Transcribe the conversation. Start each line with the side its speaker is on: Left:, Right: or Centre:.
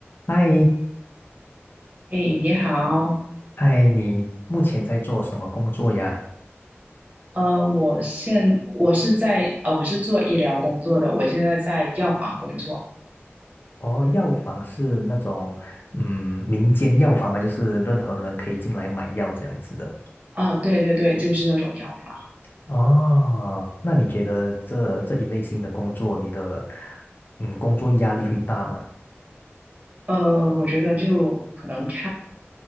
Left: 嗨，
Right: 哎，你好，
Left: 嗨，你目前在做什么工作呀？
Right: 呃，我现我是在呃，我是做医疗工作的，我现在在药房工作。
Left: 哦，药房是那种嗯民间药房吗？就是任何人可以进来买药这样子的。
Right: 啊，对对对，就是那种药房。
Left: 哦，那你觉得这这一类型的工作，你的嗯工作压力会大吗？
Right: 呃，我觉得就可能看，